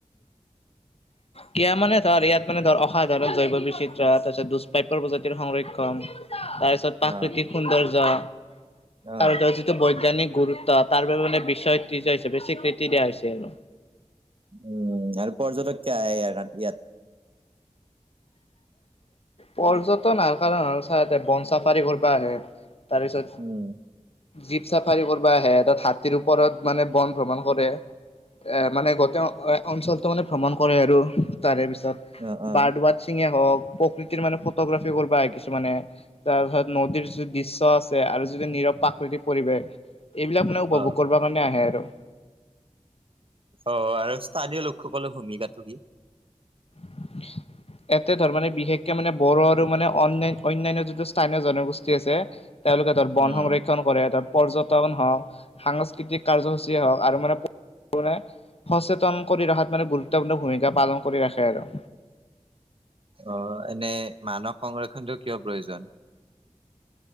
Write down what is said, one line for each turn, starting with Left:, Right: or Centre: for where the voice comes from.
Left: কিয় মানে ধৰ ইয়াত মানে ধৰ অসাধাৰণ জৈৱ বৈচিত্ৰ্য, তাৰপিছত দুষ্প্ৰাপ্যৰ প্ৰজাতিৰ সংৰক্ষণ তাৰপিছত
Right: অ
Left: প্ৰাকৃতিক সৌন্দৰ্য
Right: অ
Left: তাৰ ধৰ যিটো বৈজ্ঞানিক গুৰুত্ব তাৰ বাবে মানে বিশ্ব ঐতিহ্য হিচাপে স্বীকৃতি দিয়া হৈছে আৰু।
Right: উম আৰু পৰ্যটক কিয় আহে ইয়াৰ ইয়াত
Left: পৰ্যটন আহাৰ কাৰণ হ'ল ইয়াতে বন চাফাৰী কৰিবা আহে তাৰ পিছত
Right: উম
Left: জীপ চাফাৰী কৰিব আহে তাত হাতীৰ ওপৰত মানে বন ভ্ৰমণ কৰে। এ মানে গোটেই অ অঞ্চলটো মানে ভ্ৰমণ কৰে আৰু তাৰে পিছত
Right: অ অ
Left: বাৰদোৱাত। হওঁক প্ৰকৃতিৰ মানে ফটোগ্ৰাফি কৰিব আহে কিছুমানে তাৰপিছত নদীৰ যিটো দৃশ্য আছে আৰু যিটো নীৰৱ প্ৰাকৃতিৰ পৰিৱেশ। এইবিলাক মানে উপভোগ
Right: অ অ
Left: কৰিব কাৰণে আহে আৰু।
Right: অ আৰু স্থানীয় লোকসকলৰ ভূমিকাটো কি?
Left: উ <inaudible> এতে ধৰ মানে বিশেষকে মানে বড়ো আৰু মানে অন্য অন্যান্য যিটো স্থানীয় জনগোষ্ঠী আছে। তেওঁলোকে তাত বন
Right: উম
Left: সংৰক্ষণ কৰে। তাত পৰ্যটন হওঁক সাংস্কৃতিক কাৰ্যসূচী হওঁক আৰু মানে সচেতন কৰি ৰখাত মানে গুৰুত্বপূৰ্ণ ভূমিকা পালন কৰি ৰাখে আৰু
Right: অ এনে মানস সংৰক্ষণটো কিয় প্ৰয়োজন? <inaudible>